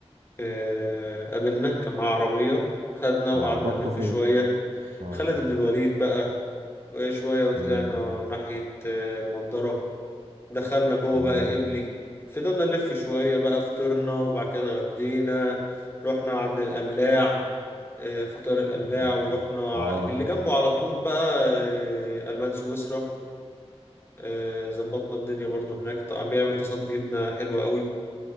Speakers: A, on the left (about 20°); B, on the right (about 80°).
A: آه، قابلنا كان معاه عربية خدنا
B: اه
A: وقعدنا
B: رحتوا
A: نلف
B: فين
A: شوية
B: اه
A: خالد بن الوليد بقى وشوية
B: تمام
A: وطلعنا ناحية آه، المنظرة دخلنا جوه
B: تمام
A: بقى قبلي فضلنا نلف شوية بقى فطرنا وبعد كده غدينا رحنا عند القلاع آه، فطار القلاع
B: تمام
A: ورحنا
B: اه
A: ع- اللي جنبه على طول بقى آه، ألبان سويسرا آه، ظبطنا الدنيا برضو هناك طبعا بيعمل تصاد جبنة حلوة قوي